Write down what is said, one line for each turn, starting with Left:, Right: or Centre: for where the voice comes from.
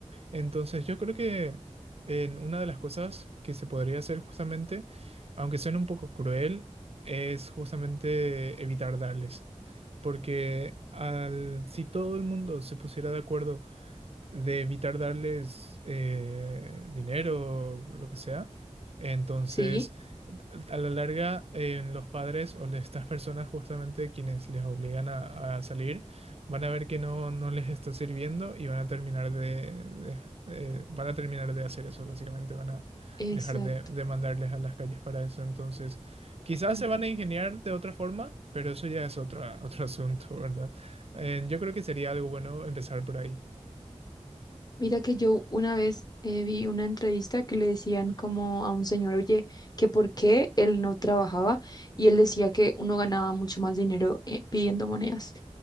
Right: Entonces, yo creo que en una de las cosas que se podría hacer justamente, aunque suene un poco cruel, es justamente evitar darles. Porque al, si todo el mundo se pusiera de acuerdo de evitar darles eh, dinero o lo que sea. Entonces,
Left: Sí.
Right: a la larga, eh, los padres o le- estas personas justamente quienes les obligan a, a salir, van a ver que no, no les está sirviendo y van a terminar de, de- eh, van a terminar de hacer eso, básicamente, van a
Left: exacto,
Right: dejar de, de mandarles a las calles para eso. Entonces, quizás
Left: claro.
Right: se van a ingeniar de otra forma, pero eso ya es otro, <laughs> otro asunto, ¿verdad? Eh, yo creo que sería algo bueno empezar por ahí.
Left: Mira que yo una vez eh, vi una entrevista que le decían como a un señor, oye, que por qué él no trabajaba y él decía que uno ganaba mucho más dinero eh, pidiendo monedas.